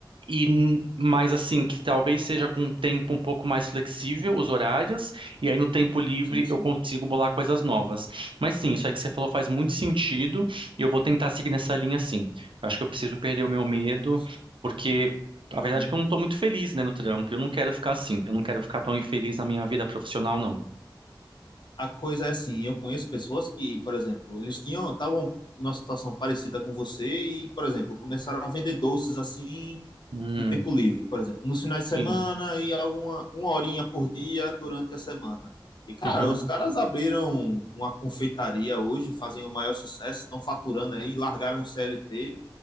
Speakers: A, on the right (about 80°); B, on the left (about 60°).
A: e n- mais assim, que talvez seja com um tempo um pouco mais flexível os horários, e aí no tempo livre
B: sim, sim.
A: eu consigo bolar coisas novas. Mas sim, isso aí que você falou faz muito sentido, e eu vou tentar seguir nessa linha sim. Acho que eu preciso perder o meu medo,
B: Nossa,
A: porque a
B: Sim.
A: verdade é que eu não estou muito feliz, né, no trampo. Eu não quero ficar assim, eu não quero ficar tão infeliz na minha vida profissional, não.
B: a coisa é assim, eu conheço pessoas que, por exemplo, eles tinham, estavam numa situação parecida com você e, por exemplo, começaram a vender doces assim
A: Hum,
B: no tempo livre, por exemplo, nos finais de semana
A: sim.
B: e alguma uma horinha por dia durante a semana. E, cara,
A: Aham,
B: os caras abriram uma confeitaria hoje, fazem o maior sucesso, estão faturando aí, largaram o CLT